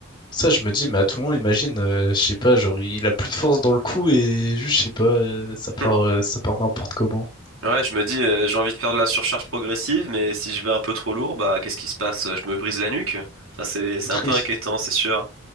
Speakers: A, on the left; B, on the right.
A: Ça, je me dis, mais à tout moment, imagine, euh, je sais pas, genre, il a plus de force dans le cou et juste, je sais pas, euh, ça part,
B: <laughs>
A: euh, ça part n'importe comment.
B: Ouais, je me dis, euh, j'ai envie de faire de la surcharge progressive, mais si je vais un peu trop lourd, bah qu'est-ce qui se passe? Je me brise la nuque? Ça, c'est, c'est
A: <laughs>
B: un peu
A: Oui.
B: inquiétant, c'est sûr.